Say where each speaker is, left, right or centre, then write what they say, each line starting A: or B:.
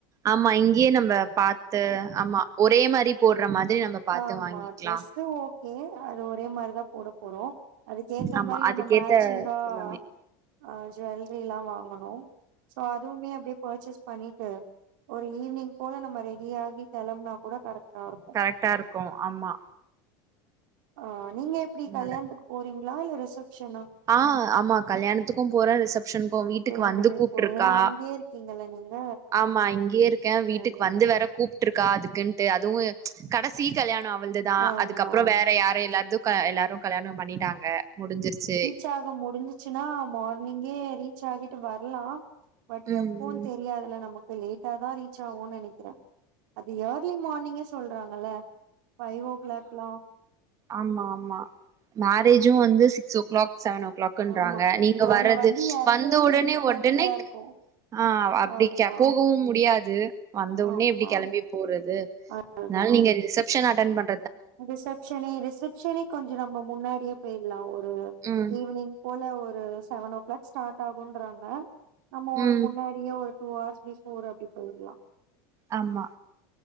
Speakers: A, on the right (about 30°); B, on the right (about 70°).
A: ஆமா இங்கேயே நம்ப பாத்து ஆமா ஒரே மாரி போட்ற மாரி நம்ம பாத்து
B: ஆம்மா
A: வாங்கிக்கலா
B: ட்ரெஸ்ஸு ஓகே அது ஒரே மாரிதா போட போறோ. அதுக்கேத்த
A: ஆமா
B: மாரி
A: அதுக்கேத்த
B: நம்ம மேச்சிங்கா
A: எல்லாமே
B: அ ஜுவல்ரி எல்லா வாங்குணு. சோ அதுவுமே அப்டியே பர்ச்சேஸ் பண்ணிட்டு ஒரு ஈவினிங் போல நம்ம ரெடியாகி கெளம்னா கூட கரெக்ட்டாரு
A: கரெக்ட்டா இருக்கு ஆம்மா.
B: அ நீங்க எப்டி
A: அதனால
B: கல்யாண்த்துக்கு போறீங்ளா இல்ல ரிசப்ஷனா?
A: ஆ ஆமா கல்யாணத்துக்கும் போற ரிசப் ஷன்க்கு வீட்டுக்கு
B: ரெண்டுமே
A: வந்து கூப்ட்ருக்கா
B: போறீங்க ஏன்னா அங்கேயே இருக்கீங்கல்ல நீங்க
A: ஆமா இங்கியேரு க்கே
B: அதனால.
A: வீட்டுக்கு வந்து வேற கூப் ட்ருக்கா அதுக்குன்ட்டு அதுவு கடைசி கல்யாணோ அவுள்துதா
B: ஆமா
A: அதுக்கப்பறோ வேற யாரு எல்லார்து க எல்லாரு கல்யாணம் பண்ணிட்டாங்க முடிஞ்சிருச்சு.
B: யாக முடிஞ்சிச்சினா மார்னிங்கே ரீச் ஆகிட்டு வர்லா. பட்
A: ம்
B: எப்போன்
A: ம்
B: தெரியாதுல்ல நமக்கு லே ட்டாதா ரீச் ஆவோ நெனைக்கிறே அது ஏர்லி மார்னிங்கே சொல்றாங்கல்ல. ஃபை ஓ கிளாக்லா
A: ஆம்மா ஆம்மா மேரேஜு வந்து சிக்ஸ் ஓ கிளாக் செவன் ஓ கிளாக்குன்றாங்க
B: ஆமா
A: நீங்க
B: நாங்க
A: வறது
B: வந்து எறங்குறதே
A: வந்த உடனே
B: சிக்ஸ் தேர்ட்டியா
A: ஒடனே
B: இருக்கு
A: ஆ ஆ அப்டி
B: ஆமா
A: கே போகவும் முடியாது வந்தவுன்னே
B: ஆமா
A: எப்டி கெளம்பி போறது.
B: அதுதா
A: னால் நீங்க ரி ரிசப்ஷன் அட்டன் பண்
B: ரிசப்ஷனே ரிசப்ஷனே கொஞ்சோ நம்ப முன்னாடியே போய்ர்லா ஒரு
A: ம்
B: ஈவினிங் போல ஒரு செவன் ஓ கிளாக் ஸ்டாட் ஆகுன்றாங்க நம்ம ஒரு
A: ம்
B: முன்னா டியே ஒரு டூ ஹார்ஸ் பிஃபோர் அப்டி போயிர்லா.
A: ஆம்மா